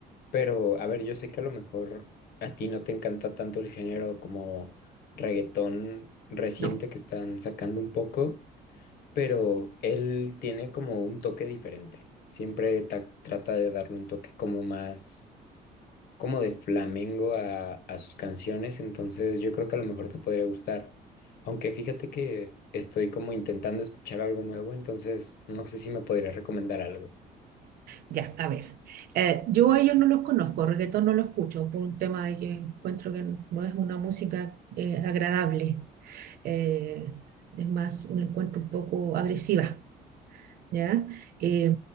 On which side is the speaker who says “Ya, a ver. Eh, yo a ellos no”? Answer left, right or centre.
Right